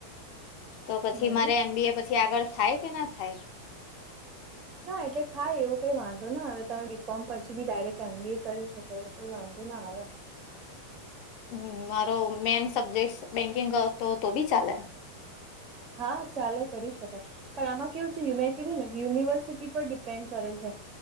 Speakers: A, on the left; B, on the right.
A: તો પછી
B: હમ
A: મારે એમ. બી. એ, પછી આગળ થાય કે ના થાય.
B: ના એટલે થાય, એવું કઈ વાંધો ના, હવે તમે બી. કોમ પછી બી ડાયરેક્ટ એમ. બી. એ કરી શકો, એવું કઈ વાંધો ના આવે.
A: હમ મારો મેન સબ્જેક્ટ બેંકિંગ હતો, તો બી ચાલે.
B: હા, ચાલે કરી શકાય. પણ આમાં કેવું છે, મે કીધું ને, યુનિવર્સિટી પર ડિપેન્ડ કરે છે,